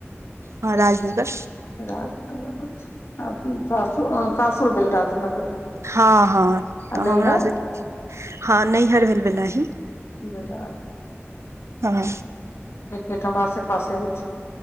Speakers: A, on the right (about 80°); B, on the left (about 65°).
A: हँ राजनगर
B: राजनगर अच्छा आ सासुर सासुर भेल राजनगर
A: हँ हँ
B: आ
A: तऽ हमरा
B: नइहर
A: सबके हँ नइहर भेल वेलाही
B: बेलाही
A: हँ
B: क्रिकेट हम आसे पासे अछि